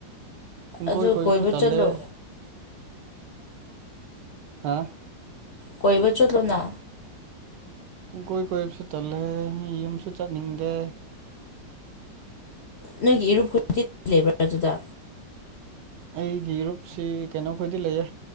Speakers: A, on the right (about 70°); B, on the left (about 60°).
A: ꯄꯨꯡꯀꯣꯏ
B: ꯑꯗꯨ
A: ꯀꯣꯏꯕꯁꯨ
B: ꯀꯣꯏꯕ
A: ꯇꯜꯂꯦ
B: ꯆꯠꯂꯣ
A: ꯍꯥꯥ
B: ꯀꯣꯏꯕ ꯆꯠꯂꯣꯅ
A: ꯄꯨꯡꯀꯣꯏ ꯀꯣꯏꯕꯁꯨ ꯇꯜꯂꯦ ꯃꯤ ꯌꯨꯝꯁꯨ ꯆꯠꯅꯤꯡꯗꯦ
B: ꯅꯣꯏꯒꯤ ꯏꯔꯨꯞ ꯈꯨ <unintelligible> ꯂꯩꯕ꯭ꯔꯥ ꯑꯗꯨꯗ
A: ꯑꯩꯒꯤ ꯏꯔꯨꯞꯁꯤ ꯀꯩꯅꯣꯈꯣꯏꯗꯤ ꯂꯩꯌꯦ